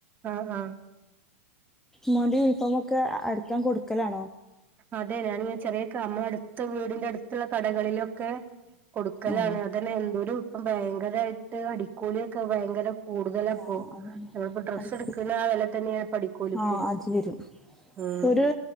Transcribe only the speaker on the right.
ആഹ ആഹ
അതെ ഞനിങ്ങനെ ചെറിയ കമ്മ അടുത്ത വീടിന്റെ അടുത്തുള്ള കടകളിലൊക്കെ കൊടുക്കലാണ്
അതന്നെ എന്തൊരു അപ്പം ഭയങ്കരായിട്ട് അടിക്കൂലിയൊക്കെ ഭയങ്കര കൂടുതലപ്പോ
നമ്മളിപ്പോ ഡ്രസ്സ്
എടുക്കുന്ന ആ വെല തന്നെയാണ് ഇപ്പ അടിക്കൂലിക്കും
ഉം